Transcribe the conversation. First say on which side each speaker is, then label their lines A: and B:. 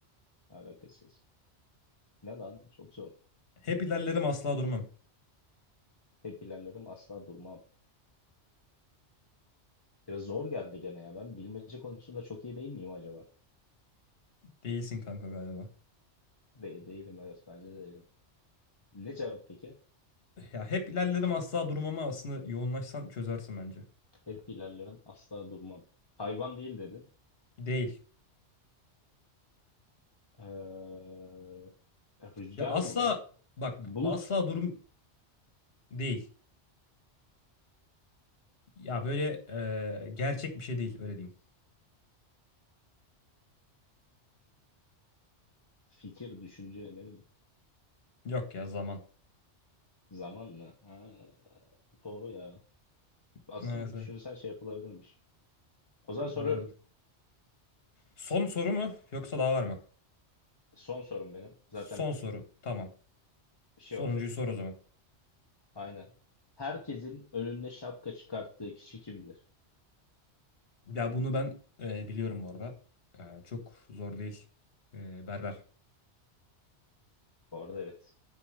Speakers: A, on the left; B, on the left.
A: alakasız. Ne lan? Çok zor.
B: Hep ilerlerim asla durmam.
A: Hep ilerlerim, asla durmam. Ya zor geldi gene ya. Ben bilmece konusunda çok iyi değil miyim acaba?
B: Değilsin kanka galiba.
A: De değilim evet, bence de değilim. Ne cevap peki?
B: Ya hep ilerlerim asla durmama aslında yoğunlaşsan çözersin bence.
A: Hep ilerlerim, asla durmam. Hayvan değil dedin.
B: Değil.
A: Ee, rüzgar
B: Ya asla
A: mı lan?
B: bak
A: Bulut.
B: asla durum değil. Ya böyle e, gerçek bir şey değil öyle diyeyim.
A: Fikir, düşünce ne bileyim.
B: Yok ya zaman.
A: Zaman mı? Ha, doğru ya. Aslında
B: Evet, evet.
A: düşünsen şey yapılabilirmiş. O zaman soruyorum.
B: olabilir. Son soru mu yoksa daha var mı?
A: Son sorum benim. Zaten
B: Son soru tamam.
A: şey
B: Sonuncuyu
A: olacak.
B: sor o zaman.
A: Aynen. Herkesin önünde şapka çıkarttığı kişi kimdir?
B: Ya bunu ben e, biliyorum bu arada. E, çok zor değil. E, berber
A: Bu arada evet.